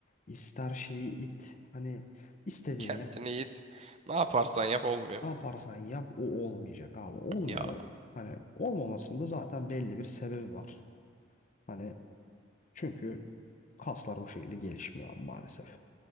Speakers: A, on the left; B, on the right.
A: ister şeyi it. Hani istediğini
B: <laughs> Kendini
A: yap.
B: yiğit. Ne yaparsan yap olmuyor.
A: Ne yaparsan yap o olmayacak abi. Olmuyor.
B: Ya
A: Hani olmamasında zaten belli bir sebebi var. Hani çünkü kaslar o şekilde gelişmiyor abi maalesef.